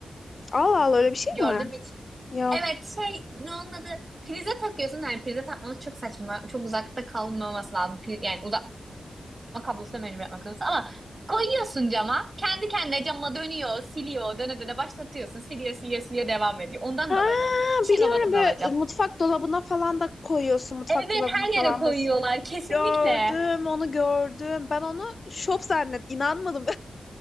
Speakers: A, on the left (about 40°); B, on the right (about 35°).
A: Allah Allah öyle bir şey
B: Gördüm
A: mi var?
B: hiç.
A: Yok.
B: Evet şey ne onun adı? Prize takıyorsun. Yani prize takmanız çok saçma. Çok uzakta kalmaması lazım. Pri- yani kablosuna mecbur yapmak zorundasın. Ama koyuyorsun cama. Kendi kendine cama dönüyor, siliyor. Döne döne başlatıyorsun. Siliyor, siliyor, siliyor devam ediyor. Ondan
A: Ha
B: da alacağım. Her şeyin
A: biliyorum
B: robotunu
A: böyle
B: alacağım.
A: mutfak dolabına falan da koyuyorsun. Mutfak
B: Evet
A: dolabına
B: her yere
A: falan
B: koyuyorlar
A: da siliyor.
B: kesinlikle.
A: Gördüm onu gördüm. Ben onu şop zannet inanmadım.